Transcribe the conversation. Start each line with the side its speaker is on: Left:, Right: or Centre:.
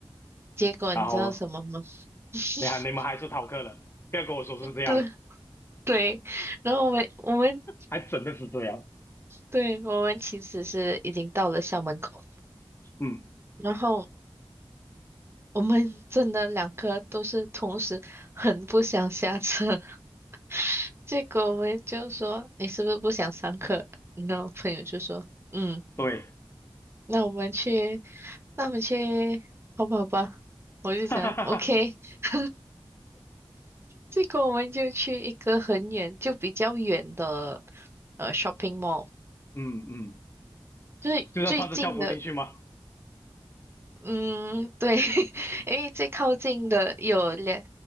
Right: 结果你知道什么吗？
Left: 然后
Right: <laughs>
Left: 你还你们还是逃课了，不要跟我说是这样，
Right: 对对，然后我们我们
Left: 还真的是这样，
Right: 对我们其实是已经到了校门口，
Left: 嗯，
Right: 然后我们真的两个都是同时很不想下车，<laughs> 结果我们就说你是不是不想上课？然后朋友就说嗯。
Left: 对，
Right: 那我们去，那我们去淘宝吧。
Left: <laughs>
Right: 我就想，OK，
Left: 哈哈哈哈，
Right: <laughs> 这个我们就去一个很远，就比较远的呃 shopping mall，
Left: 嗯嗯，
Right: 就是最近的，
Left: 就算穿着校服进去吗？
Right: 嗯，对，<laughs> 因为最靠近的有两，